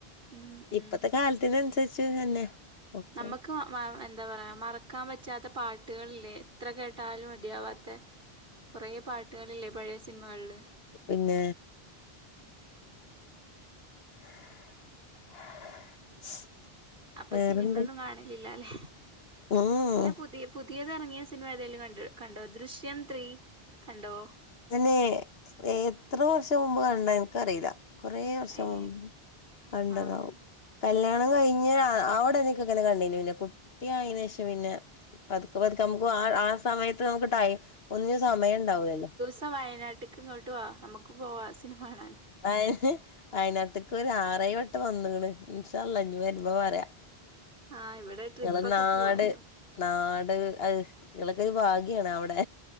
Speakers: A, on the right (about 60°); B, on the left (about 75°).
A: ഉം ഉം
B: ഇപ്പത്തെ കാലത്തിനൻസരിച്ച് തന്നെ ഒക്കെ
A: നമ്മക്ക് ആ മാ എന്താ പറയാ മറക്കാൻ പറ്റാത്ത പാട്ട്കളില്ലേ എത്ര കേട്ടാലും മതിയാവാത്തെ കൊറെ പാട്ടുകളില്ലേ പഴേ സിനിമകൾള്
B: പിന്നേ <inaudible>
A: അപ്പൊ
B: വേറെന്ത്
A: സിനിമയൊന്നും കാണലില്ല അല്ലേ
B: ഉം
A: അല്ല പുതിയ പുതിയത് എറങ്ങിയ സിൻമെതേലും കണ്ട് കണ്ടോ ദൃശ്യം ത്രീ കണ്ടോ
B: തന്നേ എത്ര വർഷം മുമ്പ് കണ്ടാ ഇൻക്കറീല്ല കൊറേ വർഷം
A: ഏ
B: മുമ്പ് കണ്ടതാവും
A: ആ ആ
B: കല്യാണം കഴിഞ്ഞ് ഒരാ ആ ഉടനെക്കെങ്ങനെ കണ്ടീനി പിന്നെ കുട്ടി ആയീനേഷം പിന്നെ പത്ക്കെ പത്ക്കെ നമുക്ക് ആ ആ സമയത്ത് നമുക്ക് ടൈ ഒന്ന്നും സമയം ഇണ്ടാവുലല്ലോ
A: ത്ത വയനാട്ട്ക്ക് ഇങ്ങോട്ട് വാ നമുക്ക് പോവാ സിനിമ കാണാൻ
B: ഏഹ് ഹ് വയനാട്ടേക്ക് ഒരു ആറ് ഏഴ് വട്ടം വന്നക്ക്ണ് ഇൻശാ അല്ലാഹ് ഇനി വരുമ്പോ വരാ
A: ആഹ് ഇവിടെ ട്രിപ്പൊക്കെ
B: ഞങ്ങളെ നാട്
A: പോവാലോ
B: നാട് ഇങ്ങളൊക്കെ ഒരു ഭാഗ്യാണ് അവിടെ